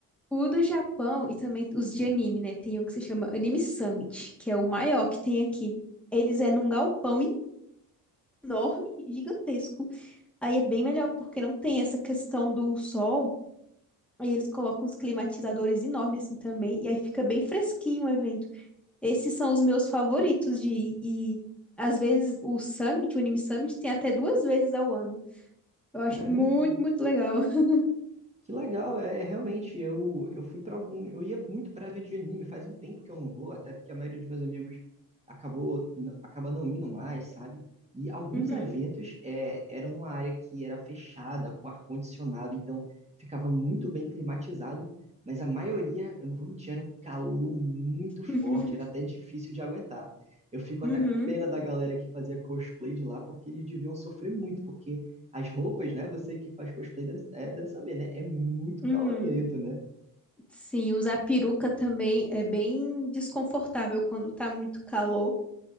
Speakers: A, in the centre; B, on the right.
A: o do Japão e também os de anime, né? Tem um que se chama Anime Summit, que é o maior que tem aqui. Eles é num galpão enorme, gigantesco. Aí é bem melhor, porque não tem essa questão do sol. Aí eles colocam uns climatizadores enormes assim também. E aí fica bem fresquinho o evento. Esses são os meus favoritos de ir. E às vezes o Summit, o Anime Summit, tem até duas vezes ao ano. Eu acho
B: caramba,
A: muito, muito legal. <laughs>
B: Que legal, é realmente. Eu, eu fui para algum. Eu ia muito para evento de anime, faz um tempo que eu não vou, até porque a maioria dos meus amigos acabou, n- acaba não indo mais, sabe? E alguns
A: Uhum.
B: eventos é, eram numa área que era fechada, com ar-condicionado, então ficava muito bem climatizado, mas a maioria, eu não vou mentir, era um calor muito forte,
A: <laughs>
B: era até difícil de aguentar. Eu fico
A: Uhum.
B: até com pena da galera que fazia cosplay de lá, porque eles deviam sofrer muito, porque. As roupas, né? Você que faz cosplay deve, é, deve saber, né? É muito
A: Uhum.
B: calorento, né?
A: Sim, usar peruca também é bem desconfortável quando tá muito calor.